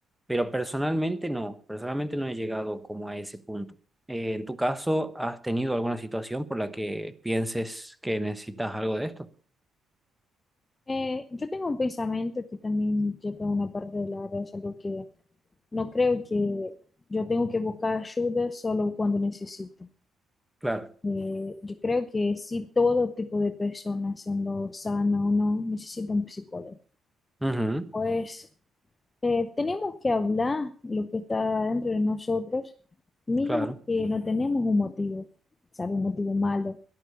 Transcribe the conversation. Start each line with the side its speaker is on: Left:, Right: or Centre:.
Centre: pero personalmente no, personalmente no he llegado como a ese punto. Eh, ¿en tu caso has tenido alguna situación por la que pienses que necesitas algo de esto?
Left: Eh, yo tengo un pensamiento que también llega a una parte del área de la salud que No creo que yo tengo que buscar ayuda solo cuando necesito.
Centre: Claro.
Left: Eh, yo creo que sí, todo tipo de personas, siendo sana o no, necesita un psicólogo.
Centre: Ujú,
Left: Pues eh, tenemos que hablar lo que está dentro de nosotros, mismo
Centre: claro.
Left: que no tenemos un motivo, ¿sabe? Un motivo malo.